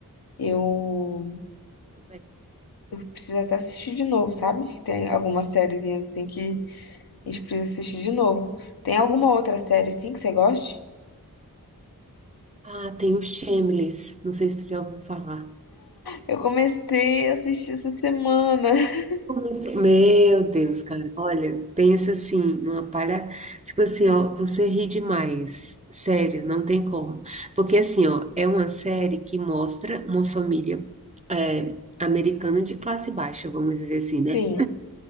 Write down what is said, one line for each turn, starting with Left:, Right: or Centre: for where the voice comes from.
Left: Eu
Right: Tudo bem.
Left: preciso até assistir de novo, sabe? Tem algumas sériezinhas assim que a gente precisa assistir de novo. Tem alguma outra série assim que você goste?
Right: Ah, tem o Shameless, não sei se tu já ouviu falar.
Left: Eu comecei a assistir essa semana. <laughs>
Right: Começou. Meu Deus, cara, olha, pensa assim, numa palha, tipo assim, ó, você ri demais, sério, não tem como, porque assim, ó, é uma série que mostra uma família é, americana de classe baixa, vamos dizer assim, né,
Left: Sim.